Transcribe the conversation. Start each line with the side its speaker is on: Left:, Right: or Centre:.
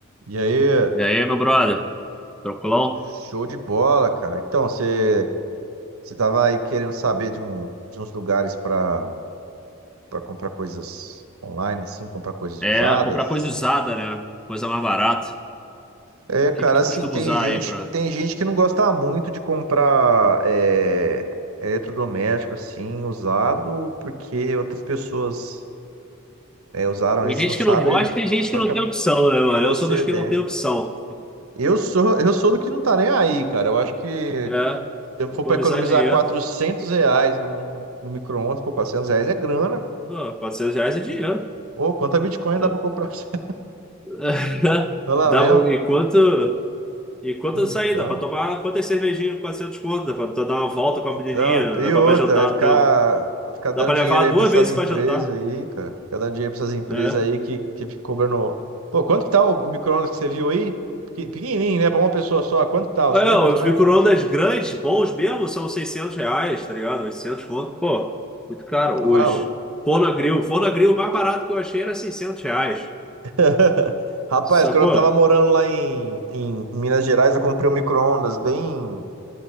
Right: E aí,
Centre: E aí, meu brother? Tranquilão?
Right: show de bola, cara. Então, você você tava aí querendo saber de, um, de uns lugares para para comprar coisas online, assim, comprar coisas
Centre: É
Right: usadas?
Centre: comprar coisa usada, né? Coisa mais barata. O
Right: É, cara,
Centre: que que tu
Right: assim,
Centre: costuma
Right: tem
Centre: usar
Right: gente,
Centre: aí pra...
Right: tem gente que não gosta muito de comprar é, eletrodoméstico, assim, usado, porque outras pessoas é, usaram
Centre: Tem
Right: isso
Centre: gente
Right: e não sabe
Centre: que não gosta, tem gente
Right: qual
Centre: que não
Right: que é
Centre: tem
Right: a
Centre: opção, né, mano?
Right: procedência.
Centre: Eu sou dos que não tem opção.
Right: Eu sou, eu sou do que não tá nem aí, cara. Eu acho que
Centre: É,
Right: Se eu for
Centre: economizar
Right: para economizar
Centre: dinheiro.
Right: 400 reais num, num micro-ondas, pô, 400 reais é grana.
Centre: Pô, 400 reais é dinheiro.
Right: Pô, quanta Bitcoin
Centre: Dá,
Right: dá para comprar pra você? <laughs>
Centre: <laughs>
Right: Tá lá
Centre: dá-
Right: mesmo?
Centre: enquanto, enquanto
Right: Então,
Centre: eu sair, dá pra tomar quantas cervejinhas, com 400 conto, dá pra tu dar uma volta com
Right: então,
Centre: a menininha,
Right: e
Centre: levar
Right: outra,
Centre: pra jantar.
Right: vai ficar,
Centre: Então,
Right: vai ficar dando
Centre: dá pra levar
Right: dinheiro aí
Centre: duas
Right: para essas
Centre: vezes
Right: empresas
Centre: pra jantar.
Right: aí, cara. Ficar dando dinheiro para essas empresas
Centre: É.
Right: aí que, que fica cobrando. Pô, quanto que tá o, o micro-ondas que você viu aí? Pequi- Pequenininho, né? Para uma pessoa só, quanto que tá? Você
Centre: É,
Right: lembra
Centre: os
Right: mais ou menos?
Centre: micro-ondas grandes, bons mesmo, são 600 reais, tá ligado? 800, conto. Pô, muito caro
Right: Tá
Centre: hoje.
Right: maluco.
Centre: Forno-grill. Forno-grill, o mais barato que eu achei era 600 reais.
Right: <laughs> Rapaz,
Centre: Sacou?
Right: quando eu tava morando lá em, em, em Minas Gerais, eu comprei um micro-ondas bem,